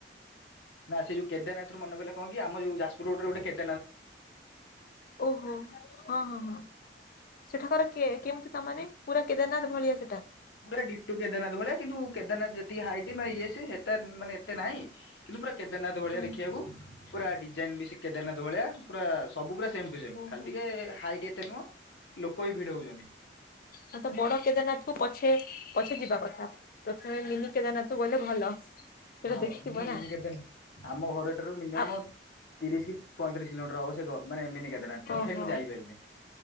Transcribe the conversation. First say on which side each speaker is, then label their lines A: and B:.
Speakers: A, on the left; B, on the left.
A: ନା ସେ ଯୋଉ କେଦାରନାଥରୁ ମନେ ପଇଲା କଣ କି ଆମ ଯୋଉ ଯାଜପୁର ରୋଡରେ ଗୋଟ କେଦା
B: ଓହୋ ହଁ ହଁ ହଁ ସେଠାକାର କିଏ? କେମିତି ତାନେ ପୁରା କେଦାରନାଥ ଭଳିଆ ସେଟା।
A: ପୁରା ଦିଟୋ କେଦାରନାଥ ଭଳିଆ କିନ୍ତୁ କେଦାରନାଥ ଯେତିକି ହାଇଟ୍ ମାନେ ଇଏ ସେତେ ମାନେ ଏତେ ନାହିଁ। କିନ୍ତୁ ପୁରା କେଦାରନାଥ ଭଳିଆ
B: ହୁଁ
A: ଦେଖିବାକୁ ପୁରା ଡିଜାଇନ ବି ସେ କେଦାରନାଥ ଭଳିଆ ପୁରା ସବୁ ପୁରା। ସେମ୍ ଟୁ ସେମ୍
B: ହୁଁ
A: ଖାଲି
B: ହୁଁ
A: ଟିକିଏ ହାଇଟ ଏତେ ନୁହଁ ଲୋକ ବି ଭିଡ ହଉଛନ୍ତି।
B: ହ ତ ବଡ କେଦାରନାଥକୁ ପଛେ ପଛେ ଯିବା କଥା। ପ୍ରଥମେ ମିନି କେଦାରନାଥକୁ ଗଲେ ଭଲ। ସେଟା
A: ହଁ
B: ଦେଖିଥିବ
A: ମୁଁ ମିନି
B: ନା
A: କେଦାର ଆମ ଘର ଏଠାରୁ ମିନିୟମ
B: ଆ
A: ତିରିଶ କି ପଇଁତିରିଶ କିଲୋମିଟର ହବ। ଦେଖ ମିନି କେଦାରନାଥ ତଥାପି
B: ଓ ହୋ
A: ମୁଁ ଯାଇପାରିଲିନି।